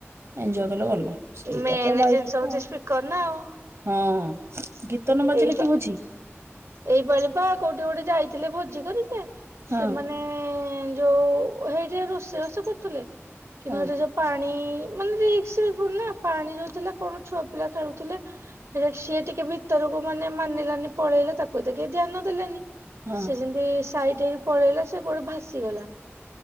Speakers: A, on the right; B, on the right.
A: ଏଞ୍ଜୟ କଲ ଭଲ। ସେଇଟା
B: ମେନ୍
A: ତ ଲାଗ
B: ଜିନିଷ ହଉଛି ସ୍ପିକର ନା ଆଉ
A: ହଁ। ଗୀତ ନ ବାଜିଲେ
B: ଏଇ
A: କି ଭୋଜି
B: ଏଇ ପାାଳି ପା କୋଉଠି କୋଉଠି ଯାଇଥିଲେ ଭୋଜି କରି ଯେ
A: ହଁ
B: ସେମାନେ ମାନ ଯୋଉ ସେଇଠି ରୋଷେଇ ରୋଷେଇ କରୁଥିଲେ କିନ୍ତୁ
A: ହଁ
B: ସେଇଟି ଯୋଉ ପାଣି ମାନେ ପାଣି ଯୋଉଥିଲା କଣ ଛୁଆ ପିଲା ଖେଳୁଥିଲେ। ହେଟ ସିଏ ଟିକେ ବି ଉିତରକୁ ମାନେ ମାନିଲାନି ପଳେଇଲା ତାକୁ ଏତ କିଏ ଧ୍ୟାନ ଦେଲାନି
A: ହଁ
B: ସେ ଯେମିତି ସାଇଠ ପଳେଇଲା ସେ ଗୋଟେ ଭାସିଗଲା